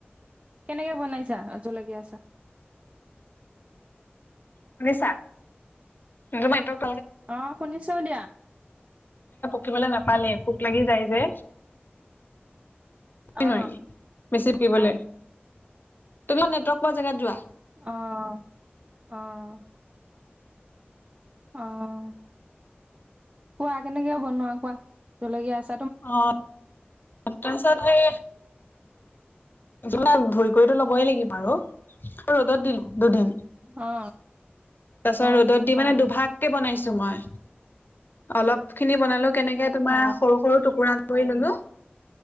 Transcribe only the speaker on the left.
শুনিছা? তোমাৰ নেটৱক
কিবলৈ নাপালে। পোক লাগি যায় যে।
নোৱাৰি। বেছি কিবলৈ। তুমি নেটৱৰ্ক পোৱা জেগাত যোৱা।
অ' তাৰপিছত সেই জলকীয়াতো ধুই কৰিতো ল'বই লাগিব আৰু। ৰ'দত দিলোঁ দুদিন।
তাৰপাছত
ৰ'দত দি মানে,
দুভাগকে বনাইছ ছোঁ মই। অলপখিনি বনাল কেনেকে তোমাৰ
সৰু-সৰু টুকুৰা কৰি ল'লো।